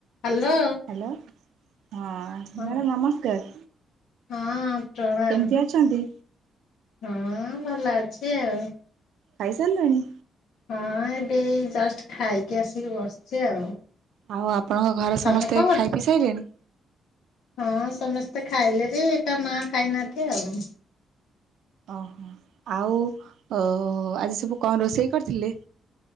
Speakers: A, on the left (about 75°); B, on the right (about 75°).
A: ହ୍ୟାଲୋ।
B: ହ୍ୟାଲୋ ହଁ
A: ହଁ
B: ମ୍ୟାଡ଼ାମ ନମସ୍କାର।
A: ହଁ ପ୍ରଣାମ।
B: କେମିତି ଅଛନ୍ତି?
A: ହଁ ଭଲ ଅଛି ଆଉ।
B: ଖାଇ ସାରିଲଣି?
A: ହଁ ଏବେ ଜଷ୍ଟ ଖାଇକି ଆସିକି ବସିଛି ଆଉ।
B: ଆଉ ଆପଣଙ୍କ ଘରେ ସମସ୍ତେ
A: ତମେ କଣ କରୁଛ?
B: ଖାଇପି ସାଇଲେଣି?
A: ହଁ ସମସ୍ତେ ଖାଇଲେ ଏକା ମା ଖାଇନାହାନ୍ତି ଆଉ।
B: ଓହୋ ଆଉ ଅ ଆଜି ସବୁ କଣ ରୋଷେଇ କରିଥିଲେ?